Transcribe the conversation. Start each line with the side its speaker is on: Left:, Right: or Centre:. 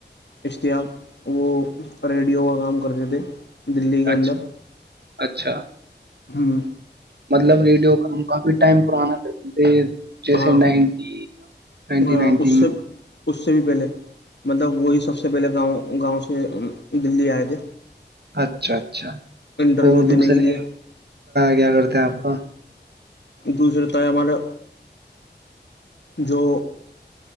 Left: اشتیاق وہ ریڈیو کا کام کرتے تھے دلی کے
Right: اچھا
Left: اندر
Right: اچھا
Left: ہاں
Right: مطلب ریڈیو کا ہم کافی ٹائم پر آنا تھا ج جیسے
Left: ہاں
Right: نائنٹی نائنٹی
Left: ہاں
Right: نائنٹین
Left: اس سے
Right: میں
Left: اس سے بھی پہلے مطلب وہی سب سے پہلے گاؤں گاؤں سے دی آئے تھے
Right: اچھا اچھا
Left: انٹرویو
Right: اور دوسرے
Left: دینے کے لیے
Right: کیا کرتے ہیں آپ ہاں
Left: دوسرے تو ہے ہمارا جو